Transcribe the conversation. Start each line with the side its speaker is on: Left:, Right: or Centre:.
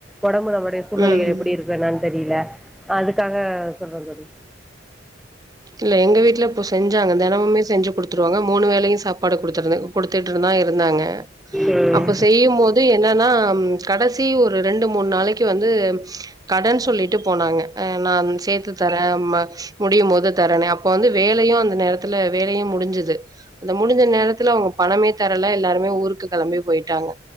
Centre: உடம்புல ம்போட சூழ்நிலைகள்
Right: ம்.
Centre: எப்டி இருக்கோஎன்னனு தெரில அதுக்காக சொல்றே தோழி
Right: இல்ல எங்க வீட்டுல இப்போ செஞ்சாங்க தினமே செஞ்சு குடுத் த்துருவாங்க மூணு வேலையு சாப்பாடு குடுத்துருந்தே கொடுத்துட்டு தா இருந்தாங்க
Centre: ம்
Right: அப்ப செய்யும் போது என்னன்னா கடைசி ஒரு ரெண்டு மூணு நாளைக்கு வந்து கடன் சொல்லிட்டு போனாங்க ஆ நான் சேர்த்து தரேமா முடியும் போது தரணே அப்ப வந்து வேலையு அந்த நேரத்துல வேலையு முடிஞ்சுது அந்த முடிஞ்ச நேரத்துல அவங்க பணமே தரல எல்லாருமே ஊருக்கு கிளம்பி போயிட்டாங்க